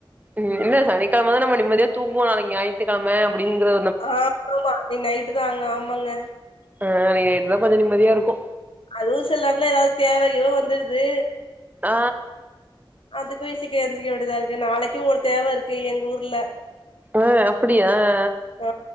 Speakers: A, on the right; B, on the left.
A: ம் இல்ல சனிக்கெழமதான நம்ம நிம்மதியா தூங்குவோ நாளைக் ஞாயித்துக்கெழம அப்படிங்கிற
B: ஆ ப்ரோமா நீ நைட்டுதாங்க ஆமாங்க
A: ஆ அன்னைக் நைட்டுதா கொஞ்ச நிம்மதியாருக்கு
B: அதுவு சிலர்லா ஏதாவது தேவ கீவ வந்துருது
A: ஆ
B: அதுக்கு இ சிக்க எந்திரிக்க வேண்டியதாருக்கு நாளைக்கு ஒரு தேவ இருக்கு எங்கூர்ல
A: அ அப்டியா அ
B: ஆ